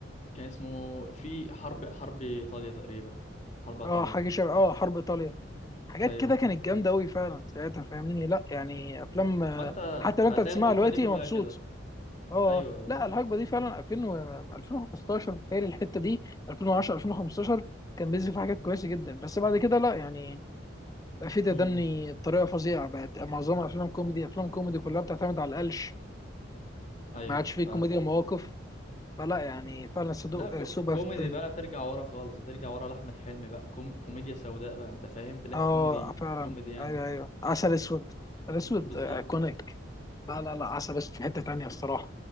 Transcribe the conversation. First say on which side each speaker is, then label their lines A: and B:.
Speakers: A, on the left; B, on the left.
A: كان اسمه في حرب حرب ايطاليا تقريبا حرب ايطاليا
B: اه حاجه شبه اه حرب ايطاليا حاجات
A: ايوه
B: كده كانت جامده قوي فعلا ساعتها فاهمني لا يعني افلام
A: ما انت
B: حتى لو انت
A: هتلاقي
B: بتسمعها
A: الحقبه
B: دلوقتي
A: دي كلها
B: مبسوط
A: كده
B: اه
A: ايوه
B: آه.
A: ايوه
B: لا الحقبه دي فعلا 2000 و 2015 بتهيألي الحته دي 2010 2015 كان بينزل فيها حاجات كويسه جدا بس بعد كده لا يعني بقى في تدني
A: امم
B: بطريقه فظيعه بقت معظمها افلام كوميدي افلام كوميدي كلها بتعتمد على القلش
A: ايوه
B: ما عادش فيه
A: فاهم
B: كوميديا مواقف فلا يعني فعلا صدق
A: لا كو...
B: سوء بقى
A: كوميدي
B: في الدنيا
A: بقى ترجع ورا خالص هترجع ورا لاحمد حلمي بقى كوم... كوميديا سوداء بقى انت فاهم بلاك
B: اه
A: كوميدي
B: فعلا
A: كوميدي يعني
B: ايوه ايوه عسل اسود عسل اسود
A: بالظبط
B: آه، ايكونيك لا لا لا عسل اسود في حته تانيه الصراحه